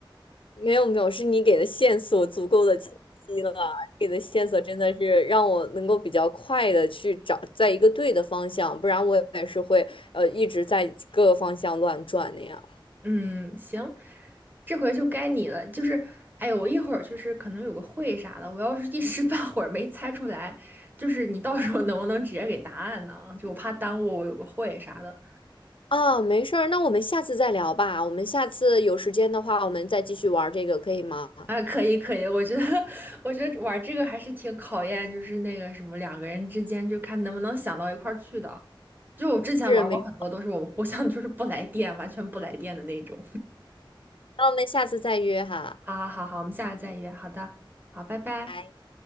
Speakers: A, on the left (about 75°); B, on the right (about 20°).
A: 没有没有，是你给的线索足够的清晰了，给的线索真的是让我能够比较快的去找在一个对的方向，不然我也是会呃一直在各个方向乱转那样。
B: 嗯，行，这回就该你了。就是，哎呦，我一会儿就是可能有个会啥的，我要是一时半会儿没猜出来，就是你到时候能不能直接给答案呢？就我怕耽误我有个会啥的。
A: 啊，没事儿，那我们下次再聊吧。我们下次有时间的话，我们再继续玩儿这个，可以吗？
B: 啊，可以可以，我觉得 <laughs> 我觉得玩这个还是挺考验，就是那个什么两个人之间，就看能不能想到一块儿去的。就我之前玩过很多，
A: 是，没问题。
B: 都是我们互相就是不来电，完全不来电的那种。
A: 那我们下次再约哈。
B: 好好好好，我们下次再约。好的，好，拜拜。
A: 拜